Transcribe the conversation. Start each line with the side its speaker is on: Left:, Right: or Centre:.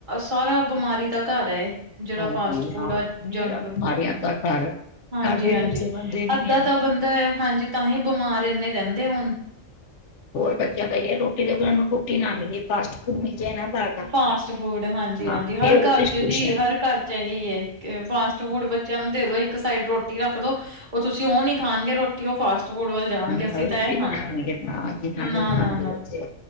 Right: ਸਾਰਾ ਬਿਮਾਰੀ ਦਾ ਘਰ ਐ ਏ। ਜਿਹੜਾ
Left: ਹਾਂਜੀ
Right: ਫਾਸਟ ਫੂਡ
Left: ਹਾਂ
Right: ਆ
Left: ਮੇਰਾ
Right: ਜੰਕ।
Left: ਬਿਮਾਰੀਆਂ ਦਾ ਘਰ ਹੈ।
Right: ਹਾਂਜੀ
Left: ਸਾਡੇ ਵੀ
Right: ਹਾਂਜੀ,
Left: ਬੱਚੇ ਬਣਦੇ ਨੀ
Right: ਅੱਧਾ
Left: ਹੈ
Right: ਤਾਂ ਬੰਦਾ ਐ ਹਾਂਜੀ ਤਾਂਹੀ ਬਿਮਾਰ ਇੰਨੇ ਰਹਿੰਦੇ ਹੁਣ।
Left: ਹੋਰ ਬੱਚਿਆਂ ਦਾ ਈ ਐ ਰੋਟੀ ਤੇ ਵੀ ਉਹਨਾਂ ਨੂੰ ਰੋਟੀ ਨਾ ਮਿਲੇ ਫਾਸਟ ਫੂਡ ਮਿਲ ਜਾਏ ਨਾ। ਬਾਹਰ ਦਾ
Right: ਫਾਸਟ ਫੂਡ ਹਾਂਜੀ
Left: ਹਾਂ
Right: ਹਾਂਜੀ ਹਰ
Left: ਇਹ ਉਸ
Right: ਘਰ ਚ
Left: ਖੁਸ਼
Right: ਜੀ
Left: ਹੈ
Right: ਹਰ ਘਰ। ਏਹੀਏ ਫਾਸਟ ਫੂਡ ਬੱਚਿਆਂ ਨੂੰ ਦੇ ਦੋ ਇੱਕ ਸਾਈਡ ਰੋਟੀ ਰੱਖ ਦੋ ਉਹ ਤੁਸੀਂ ਉਹ ਨੀ ਖਾਣਗੇ ਰੋਟੀ, ਉਹ ਫਾਸਟ ਫੂਡ ਵੱਲ ਜਾਣਗੇ
Left: ਮੈਂ ਕਿਹਾ
Right: ਅਸੀਂ
Left: ਰੋਟੀ
Right: ਤਾਂ ਇਹ
Left: ਨੀ
Right: ਖਾਣਾ,
Left: ਖਾਣਗੇ ਨਾ ਜੀ ਨਹੀਂ
Right: ਨਾ -ਨਾ-
Left: ਖਾਂਦੇ
Right: ਨਾ
Left: ਬੱਚੇ